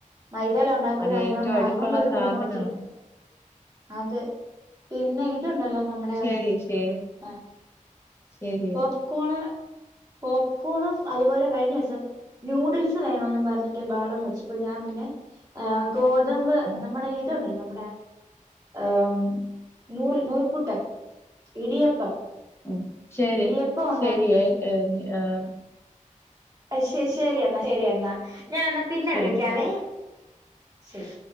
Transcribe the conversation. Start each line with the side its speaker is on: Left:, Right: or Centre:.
Right: മൈദേലൊണ്ടാക്കുന്നായത്
Left: അത് ഏറ്റവും
Right: കൊണ്ട്
Left: അടുക്കുള്ള
Right: അതുകൊണ്ട് ഒരു
Left: സാധനമാണ്
Right: ഗുണവും ചെയ്യ് അത് പിന്നെ ഇതുണ്ടല്ലോ നമ്മടെ
Left: ശരി ശേ
Right: ഹാ
Left: ശരിയേ
Right: പോപ്കോണ് പോപ്കോണും അത്പോലെ കഴിഞ്ഞോസം ന്യൂഡിൽസ് വേണോംന്ന് പർഞ്ഞിട്ട് ബഹളം വെച്ച്. പ്പം ഞാൻ പിന്നെ ആഹ് ഗോതമ്പ്
Left: ഉം
Right: നമ്മടെ ഇത്ണ്ടല്ലോ നമ്മടെ ആഹ് മ് നൂൽ നൂൽപുട്ടാ ഇടിയപ്പം.
Left: ഉം ശരി
Right: ഇടിയപ്പഒണ്ടാക്കി.
Left: ശരിയേ ഏഹ് ആഹ്
Right: ശെ ശെരി എന്നാ ശെരി എന്നാ ഞാ എന്നാ പിന്നെ
Left: ശരി
Right: വിളിക്കാവേ
Left: ശരി
Right: ശരി.